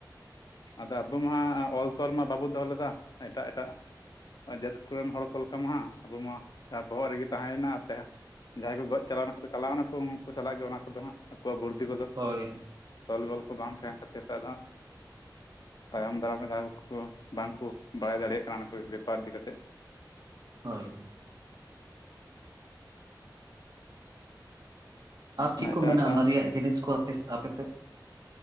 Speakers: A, on the left; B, on the right.
A: ᱟᱫᱚ ᱟᱵᱚ ᱢᱟ ᱚᱞ ᱛᱚᱞ ᱢᱟ ᱵᱟᱵᱚᱱ ᱫᱚᱦᱚ ᱞᱮᱫᱟ ᱮᱴᱟᱜ ᱮᱴᱟᱜ ᱡᱟᱹᱛ ᱠᱚᱨᱮᱱ ᱦᱚᱲ ᱠᱚ ᱞᱮᱠᱟ ᱢᱟ ᱦᱟᱸᱜ ᱟᱵᱚᱢ ᱢᱟ ᱡᱟᱦᱟᱸ ᱵᱚᱦᱚᱜ ᱨᱮᱜᱮ ᱛᱟᱦᱮᱸᱭ ᱮᱱᱟᱛᱮ ᱡᱟᱦᱟᱸᱭ ᱠᱚ ᱜᱚᱡ ᱪᱟᱞᱟᱣ ᱮᱱᱟ ᱠᱚ ᱪᱟᱞᱟᱣ ᱮᱱᱟ ᱠᱚ ᱩᱱᱠᱩ ᱥᱟᱞᱟᱜ ᱜᱮ ᱚᱱᱟ ᱠᱚᱫᱚ ᱦᱟᱜ ᱟᱠᱚᱣᱟᱜ ᱵᱩᱨᱫᱷᱤ ᱠᱚᱫᱚ
B: ᱦᱳᱭ
A: ᱛᱚᱞ ᱵᱚᱞ ᱠᱚ ᱵᱟᱝ ᱛᱟᱦᱮᱱ ᱠᱷᱟᱹᱛᱤᱨ ᱛᱮ ᱟᱫᱚ ᱦᱟᱸᱜ ᱛᱟᱭᱚᱢ ᱫᱟᱨᱟᱢ ᱨᱮ ᱡᱟᱦᱟᱸᱭ ᱠᱩᱠᱩ ᱵᱟᱝ ᱠᱚ ᱵᱟᱲᱟᱭ ᱫᱟᱲᱮᱭᱟᱜ ᱠᱟᱱᱟ ᱚᱱᱟ ᱠᱚ ᱵᱮᱯᱟᱨ ᱤᱫᱤ ᱠᱟᱛᱮᱫ
B: ᱦᱳᱭ
A: ᱵᱟᱝᱠᱷᱟᱱ
B: ᱟᱨ ᱪᱮᱫ ᱠᱚ
A: ᱮᱴᱟᱜ
B: ᱢᱮᱱᱟᱜᱼᱟ
A: ᱮᱴᱟᱜ
B: ᱢᱟᱨᱮᱭᱟᱜ ᱡᱤᱱᱤᱥ ᱠᱚ <inaudible> ᱟᱯᱮ ᱥᱮᱫ